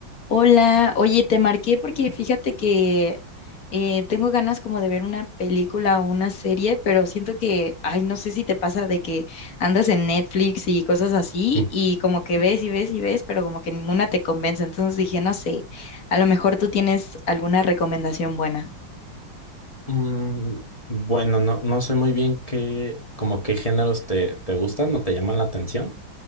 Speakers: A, on the left; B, on the left.
A: Hola, oye, te marqué porque fíjate que eh, tengo ganas como de ver una película o una serie, pero siento que, ay, no sé si te pasa de que andas en Netflix y cosas así
B: Mm.
A: y como que ves y ves y ves, pero como que ninguna te convence. Entonces dije, no sé, a lo mejor tú tienes alguna recomendación buena.
B: Mm, bueno, no, no sé muy bien qué, como qué géneros te, te gustan o te llaman la atención.